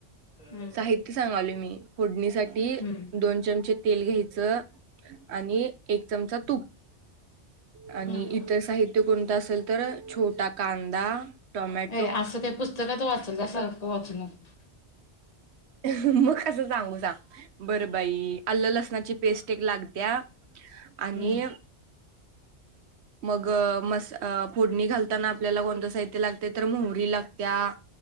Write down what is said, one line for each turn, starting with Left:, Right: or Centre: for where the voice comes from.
Left: हम्म
Right: साहित्य सांगाल मी फोडणीसाठी
Left: हम्म
Right: दोन चमचे तेल घ्यायचे च आणि एक चमचा तूप आणि
Left: हम्म
Right: इतर साहित्य कोणतं असेल तर छोटा कांदा टोमॅटो
Left: ए असं काही पुस्तकात वाचल सारखं वाचू नको
Right: मगस कस सांगू सांग बरं बाई आल्ल लसणाची पेस्ट एक लागत्या आणि
Left: हम्म
Right: मग मस फोडणी घालताना आपल्याला कोणतं साहित्य लागते तर मोहरी लागत्या